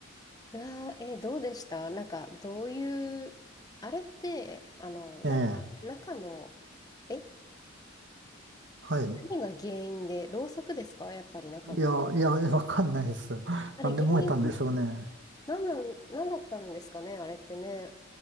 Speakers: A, on the left (about 20°); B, on the right (about 60°).
A: うわー、えーどうでしたなんか、どういう、あれって、あの、
B: ええ。
A: なんか、中の、え、
B: はい。
A: 何が原因で、ろうそくですかやっぱり中の。
B: いや、いや、わかんないです。
A: あれ、
B: なんで燃えたんでしょうね。
A: 原因、何なん、何だったんですかねあれってね、